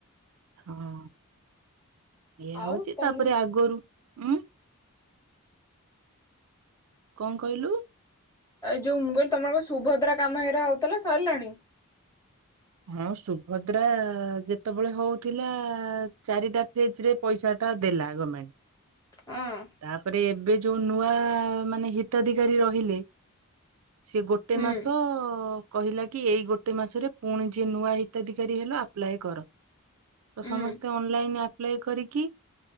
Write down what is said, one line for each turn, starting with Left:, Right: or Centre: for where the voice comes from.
Right: ହଁ। ଏଇଆ
Left: ଆଉ
Right: ହୋଉଛି
Left: ତମ
Right: ତାପରେ ଆଗରୁ ଉୁଁ କଣ କହିଲୁ?
Left: ଏଇ ଯୋଉ ମୁଁ କହିଲି ତମର ବା ସୁଭଦ୍ରା କାମ ହେଇରା ହୋଉଥିଲା ସରିଲାଣି?
Right: ହଁ ସୁଭଦ୍ରା ଯେତେବେଳେ ହୋଉଥିଲା ଚାରିଟା ଫେଜ୍ ରେ ପଇସା ଟା ଦେଲା ଗମେଣ୍ଟ।
Left: ହଁ।
Right: ତାପରେ ଏବେ ଯୋଉ ନୂଆ ମାନେ ହିତାଧିକାରୀ ରହିଲେ ସେ ଗୋଟେ
Left: ହୁଁ
Right: ମାସ କହିଲା କି, ଏଇ ଗୋଟେ ମାସରେ ପୁଣି ଯିଏ ନୂଆ ହିତାଧିକାରୀ ହେଲ ଆପ୍ଲାଏ କର। ତ
Left: ହୁଁ
Right: ସମସ୍ତେ ଅନଲାଇନ ଆପ୍ଲାଏ କରିକି